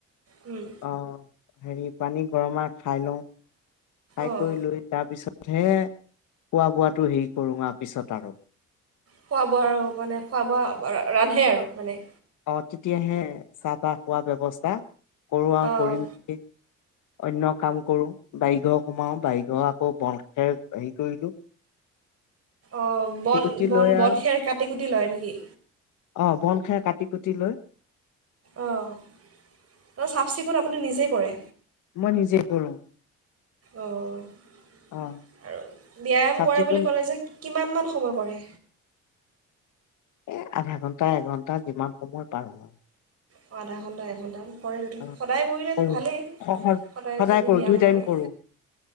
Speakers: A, on the right; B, on the left.
A: উম
B: অ হেৰী পানী গৰমাই খাই লওঁ। খাই
A: অঁ
B: কৰি লৈ তাৰ পিছতহে খোৱা বোৱাটো হেৰি কৰো আও পিছত আৰু।
A: খোৱা বোৱা আৰু মানে খোৱা বোৱা ৰান্ধে আৰু মানে।
B: অ তেতিয়াহে চাহ তাহ খোৱা ব্যৱস্থা কৰো আৰু
A: অঁ
B: কৰি মেলি। অন্য কাম কৰো বাৰিঘৰ সোমাও বাৰিঘৰ আকৌ বন খেৰ হেৰি কৰিলো।
A: অ বন
B: কুটি লৈ
A: বন
B: আৰু
A: খেৰ কাটি কুটি লয় নেকি।
B: অ বন, খেৰ কাটি কুটি লৈ।
A: অঁ ত চাফ- চিকুণ আপুনি নিজেই কৰে।
B: মই নিজে কৰো।
A: অঁ
B: অ'
A: আৰু ব্যায়াম
B: চাফ
A: কৰে
B: চিকুণ
A: বুলি ক'লে যে কিমানমান সময় কৰে।
B: এ আধা ঘণ্টা এঘণ্টা যিমান সময় পাৰো আৰু।
A: অ আধা ঘণ্টা এঘণ্টা। কৰে যদি,
B: অ'
A: সদায় কৰিলেতো
B: কৰোঁ
A: ভালেই সদায় যদি
B: কৰোঁ
A: ব্যায়াম
B: দুই টাইম
A: কৰে।
B: কৰোঁ